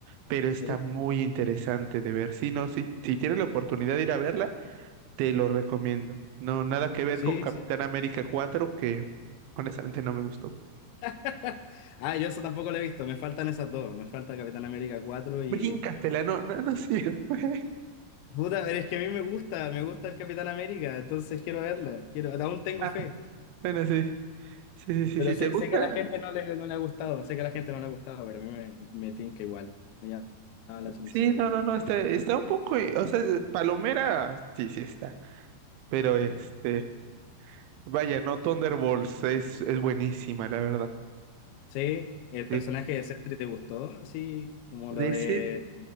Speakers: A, on the right; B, on the left.
A: pero está
B: Sí,
A: muy interesante de ver. Sí, no, sí, si tienes la oportunidad de ir a verla, te lo recomiendo. No, nada que ver
B: sí,
A: con Capitán
B: sí.
A: América cuatro que honestamente no me gustó.
B: <laughs> Ah, yo eso tampoco la he visto, me faltan esas dos. Me falta Capitán América 4 y...
A: Bríncatela, no, no, no, sí. <laughs>
B: Puta, pero es que a mí me gusta, me gusta el Capitán América, entonces quiero verla, quiero, aún tengo
A: Ah,
B: fe,
A: Bueno, sí, sí, sí, sí,
B: pero
A: sí,
B: sé,
A: ¿te gusta?
B: sé que a la gente no le, no le ha gustado, sé que a la gente no le ha gustado, pero a mí me, me tinca igual, me llama la atención
A: Sí,
B: igual.
A: no, no, no, está, está un poco, eh, o sea, eh, Palomera, sí, sí está, pero este, vaya, no, Thunderbolts es, es buenísima, la verdad.
B: Sí, el
A: Sí.
B: personaje de Sentry te gustó, así como
A: De
B: lo de
A: ese,